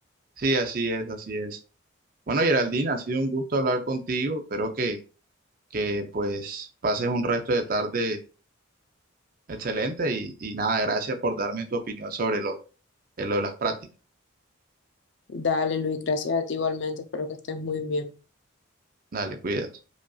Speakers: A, on the right (about 45°); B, on the left (about 60°).
A: Sí, así es, así es. Bueno, Geraldine, ha sido un gusto hablar contigo. Espero que, que pues pases un resto de tarde excelente y, y nada, gracias por darme tu opinión sobre lo, eh, lo de las prácticas.
B: Dale, Luis, gracias a ti igualmente, espero que estés muy bien.
A: Dale, cuídate.